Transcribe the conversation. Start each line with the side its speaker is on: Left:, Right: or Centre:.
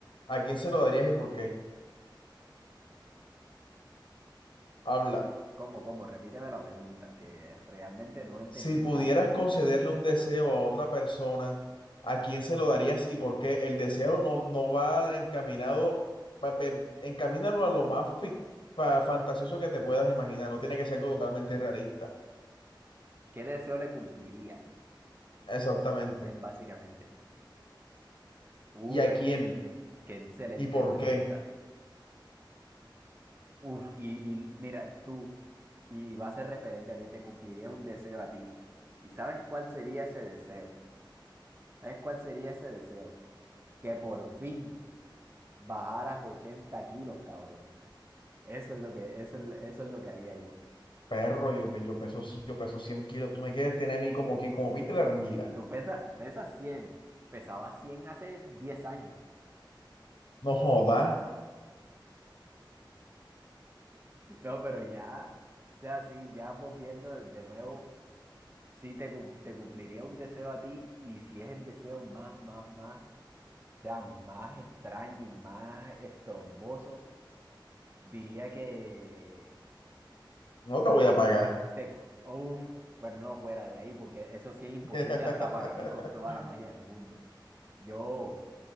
Left: ¿a quién se lo darías y por qué? Habla.
Right: ¿cómo, cómo? Repíteme la pregunta, que realmente no entendí
Left: Si pudieras
Right: nada de
Left: concederle
Right: lo que dijiste.
Left: un deseo a otra persona, ¿a quién se lo darías y por qué? El deseo no, no va encaminado, va- ve- encamínalo a lo más fi- fa- fantasioso que te puedas imaginar, no tiene que ser algo totalmente realista.
Right: ¿Qué deseo le cumpliría?
Left: Exactamente.
Right: Es básicamente. Uf,
Left: ¿Y a quién?
Right: qué excelente
Left: ¿Y por
Right: pregunta.
Left: qué?
Right: Uf, y, y mira, tú, y va a ser referente a ti, te cumpliría un deseo a ti. ¿Y sabes cuál sería ese deseo? ¿Sabes cuál sería ese deseo? Que por fin bajaras 80 kilos, cabrón. Eso es lo que, eso, es- eso es lo que haría yo.
Left: Perro, yo, pe- yo peso, yo peso 100 kilos, tú me quieres tener a mí como quien, como Peter la anguila.
Right: Tú pesas, pesas 100 pesabas 100 hace 10 años. <laughs>
Left: No jodas,
Right: No, pero ya, o sea, sí, ya volviendo de nuevo. sí te, cum- te cumpliría un deseo a ti y si es el deseo más, más, más, o sea, más extraño y más estromboso, diría que
Left: no te voy a pagar.
Right: te... cu- Uf, pero no fuera de ahí porque eso sí es imposible
Left: <laughs>
Right: hasta para mí con toda la magia del mundo. Yo